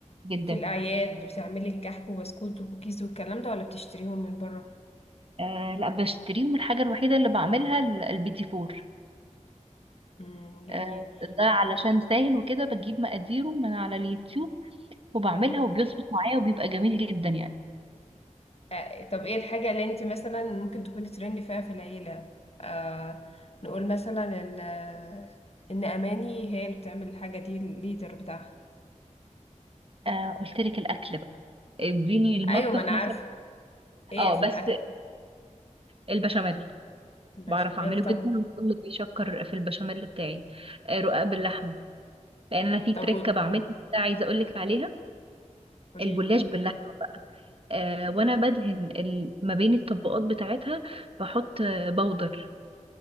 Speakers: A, on the right (about 45°); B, on the left (about 50°).
A: جدا
B: في الأعياد بتعملي الكحك وبسكوت وكوكيز والكلام ده ولا بتشتريهم من بره؟
A: آه لا بشتريهم الحاجة الوحيدة اللي بعملها ال- البيتي فور
B: مم. جميل
A: آه ده علشان سهل وكده بجيب مقاديره من على اليوتيوب وبعملها
B: أيوة
A: وبيظبط معايا وبيبقى جميل جدا يعني
B: آه، طب ايه الحاجة اللي انت مثلا ممكن تكوني ترند فيها في العيلة آه نقول مثلا ان آه، ان اماني هي اللي بتعمل الحاجة دي الليدر بتاعها
A: آه قلت لك الأكل بقى اديني المطبخ
B: ايوه ما انا عارفة
A: مثلا
B: ايه
A: اه
B: في
A: بس
B: الاكل
A: البشاميل
B: البشاميل
A: بعرف اعمله
B: طب
A: جدا وكله بيشكر في البشاميل بتاعي آه رقاق باللحمة لان انا في
B: طب
A: تركة
B: قول-
A: بعملها كده عايزة اقول لك عليها
B: قوليلي
A: الجلاش باللحمة آه وانا بدهن ال- ما بين الطبقات بتاعتها بحط آه، بودر